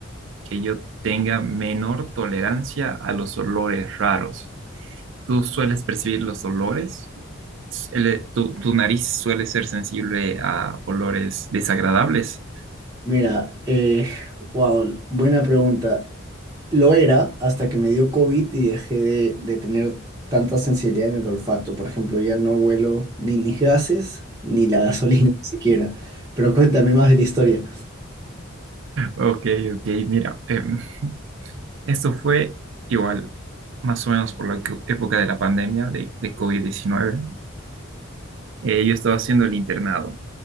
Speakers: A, on the right; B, on the right.
A: que yo tenga menor tolerancia a los olores raros. ¿Tú sueles percibir los olores? El- tu, tu nariz suele ser sensible a olores desagradables?
B: Mira, eh, wow, buena pregunta. Lo era hasta que me dio COVID y dejé de, de tener tanta sensibilidad en el olfato. Por ejemplo, ya no huelo ni mis gases ni la gasolina <laughs> ni siquiera. Pero cuéntame más de la historia.
A: Ok, ok, mira, em, esto fue igual, más o menos por la co- época de la pandemia de, de covid diecinueve. Eh, yo estaba haciendo el internado.